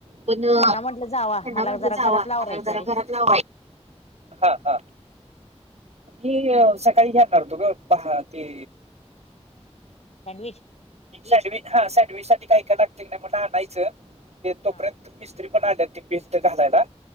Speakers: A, on the right (about 70°); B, on the left (about 70°).
A: पण त्यांना
B: ह्यांना म्हटलं जावा मला
A: म्हटलं
B: जरा
A: जावा
B: घरातला आवरायचं
A: मला जरा
B: रे
A: घरा हा हा मी सकाळी घेणारतो ग पहा ते
B: सँडविच
A: सँडविच हा सँडविच साठी काही कग नाही मलाायचं तोपर्यंत
B: हा
A: मी त पण आ बीस्ट घालायला